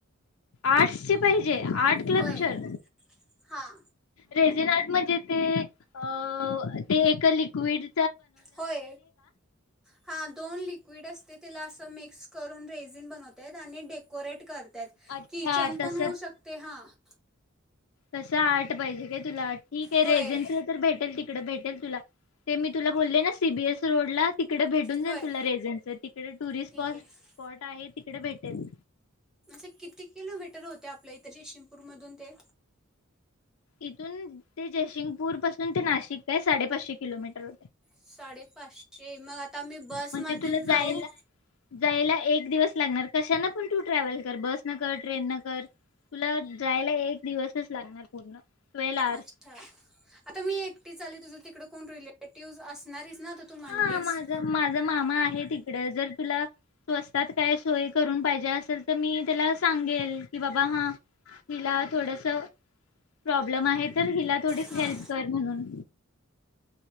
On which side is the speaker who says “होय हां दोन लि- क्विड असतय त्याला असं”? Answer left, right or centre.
Centre